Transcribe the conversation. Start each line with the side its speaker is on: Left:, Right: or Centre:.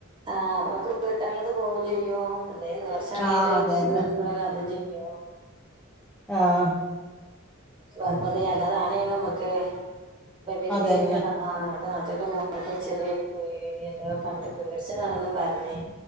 Right: ആഹ് അപ്പമ്മക്ക് വീട്ടാൻ ഇള്ളത് പോകും ചെയ്യും എന്തെലും നേർച്ചാക്കീട്ട്
Centre: ആഹ് അതന്നെ
Right: നോൽക്ണോല് അതും ചെയ്യും യ്യോ
Centre: ആഹ്
Right: അപ്പന്ന് <unintelligible> നമ്മക്ക് ഇപ്പവര്
Centre: അതന്നെ
Right: പിന്നിൻ്റെ ആഹ് <unintelligible> നാത്തുന്റെ മോക്ക് ചെറിയൊരു പേടി അത് <unintelligible> കണ്ട് പേടിച്ചതാണന്നും പർഞ്ഞ്